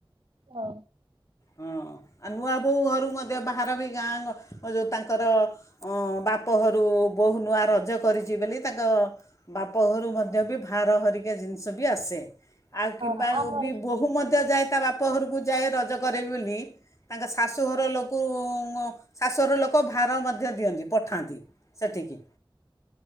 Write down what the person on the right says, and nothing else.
ହଉ।
ହଁ ଆମର